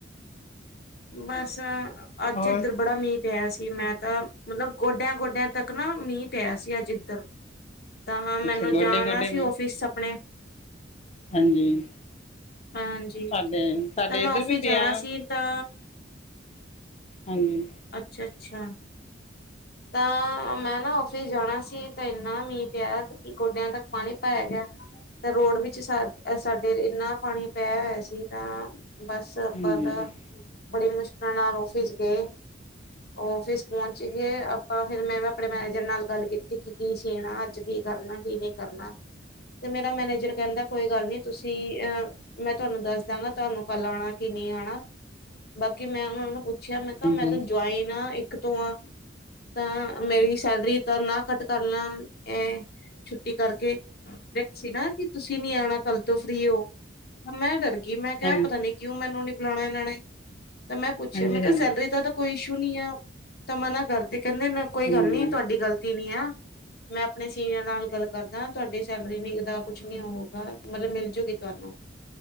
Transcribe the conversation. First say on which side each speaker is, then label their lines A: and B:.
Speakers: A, on the left; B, on the left.
A: ਬਸ ਅੱਜ
B: ਹੋਰ
A: ਇੱਧਰ ਬੜਾ ਮੀਂਹ ਪਿਆ ਸੀ ਮੈਂ ਤਾਂ ਮਤਲਬ ਗੋਡਿਆਂ ਗੋਡਿਆਂ ਤੱਕ ਨਾ ਮੀਂਹ ਪਿਆ ਸੀ ਅੱਜ ਇੱਧਰ ਤਾਂ ਹਾਂ ਮੈਨੂੰ
B: ਅੱਛਾ ਗੋਡੇ
A: ਜਾਣਾ
B: ਗੋਡੇ
A: ਸੀ
B: ਵੀ
A: ਔਫਿਸ ਆਪਣੇ
B: ਹਾਂਜੀ
A: ਹਾਂਜੀ
B: ਸਾਡੇ ਸਾਡੇ
A: ਤਾਂ ਮੈਂ
B: ਇੱਧਰ
A: ਆਫਿਸ
B: ਵੀ
A: ਜਾਣਾ
B: ਪਿਆ
A: ਸੀ ਤਾਂ
B: ਹਾਂਜੀ
A: ਅੱਛਾ ਅੱਛਾ ਤਾਂ ਮੈਂ ਨਾ ਓਫਿਸ ਜਾਣਾ ਸੀ ਤਾਂ ਇੰਨਾ ਮੀਂਹ ਪਿਆ ਕਿ ਗੋਡਿਆਂ ਤੱਕ ਪਾਣੀ ਪਾਇਆ ਗਿਆ ਤਾਂ ਰੋਡ ਵਿੱਚ ਸਾ ਸਾਡੇ ਇੰਨਾ ਪਾਣੀ ਪੈ ਹੋਇਆ ਸੀ, ਤਾਂ ਬਸ ਚ ਆਪਾਂ
B: ਹਾਂਜੀ
A: ਦਾ, ਬੜੀ ਮੁਸ਼ਕਿਲਾਂ ਨਾਲ ਔਫਿਸ ਗਏ, ਔਫਿਸ ਪਹੁੰਚ ਗਏ। ਆਪਾਂ ਫੇਰ ਮੈਂ ਵੀ ਆਪਣੇ ਮੈਨੇਜਰ ਨਾਲ ਗੱਲ ਕੀਤੀ, ਕਿ ਅਸੀ ਨਾ ਅੱਜ ਕੀ ਕਰਨਾ ਕੀ ਨਹੀਂ ਕਰਨਾ। ਤੇ ਮੇਰਾ ਮੈਨੇਜਰ ਕਹਿੰਦਾ ਕੋਈ ਗੱਲ ਨੀ ਤੁਸੀਂ ਅਹ ਮੈਂ ਤੁਹਾਨੂੰ ਦੱਸ ਦਾਂਗਾ ਤੁਹਾਨੂੰ ਕੱਲ ਆਉਣਾ ਕਿ ਨਹੀਂ ਆਉਣਾ ਬਾਕੀ ਮੈਂ ਉਹ ਨੂੰ ਪੁੱਛਿਆ ਮੈਂ ਕਿਹਾ
B: ਹਾਂਜੀ
A: ਮੈਂ ਤ ਜੁਆਇਨ ਆਾਂ ਇੱਕ ਤੋਂ ਆਾਂ ਤਾਂ ਮੇਰੀ ਸੈਲਰੀ ਤਾਂ ਨਾ ਕੱਟ ਕਰ ਲੈਨ ਇਹ ਛੁੱਟੀ ਕਰਕੇ ਸੀ ਨਾ ਕਿ ਤੁਸੀਂ ਨੀ ਆਉਣਾ ਕੱਲ ਤੋਂ ਫ੍ਰਰੀ ਹੋ ਮੈਂ ਡਰ ਗੀ ਮੈਂ ਕਿਹਾ
B: ਹਾਂਜੀ
A: ਪਤਾ ਨੀ ਕਿਉਂ ਮੈਨੂੰ ਨੀ ਬੁਲਾਉਣਾ ਇਹਨਾਂ ਨੇ ਤੇ ਮੈਂ ਪੁੱਛਿਆ
B: ਹਾਂਜੀ
A: ਮੈਂ ਕਿਹਾ
B: ਹਾਂਜੀ
A: ਸੈਲਰੀ ਦਾ ਕੋਈ ਇਸ਼ੂ ਨੀ ਆ ਤਾਂ ਮਨਾ ਕਰਦੇ ਕਹਿੰਦੇ ਨਾ ਕੋਈ
B: ਹਾਂਜੀ
A: ਗੱਲ ਨੀ ਤੁਹਾਡੀ ਗ਼ਲਤੀ ਨੀ ਆ ਮੈਂ ਆਪਣੇ ਸੀਨੀਅਰ ਨਾਲ ਗੱਲ ਕਰਦਾ ਤੁਹਾਡੀ ਸੈਲਰੀ ਨ ਦਾ ਕੁਛ ਨੀ ਹੋਊਗਾ ਮਤਲਬ ਮਿਲਜੂਗੀ ਤੁਹਾਨੂੰ